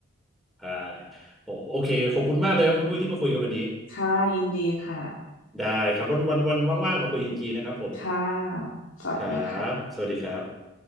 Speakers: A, in the centre; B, on the left.
A: ใช่โอโอเคขอบคุณมากเลยครับคุณอุ้ยที่มาคุยกันวันนี้
B: ค่ะยินดีค่ะ
A: ได้ครับวันวันวันว่างๆมาคุยอีกทีนะครับผม
B: ค่ะสวัสดีค่ะ
A: ครับสวัสดีครับ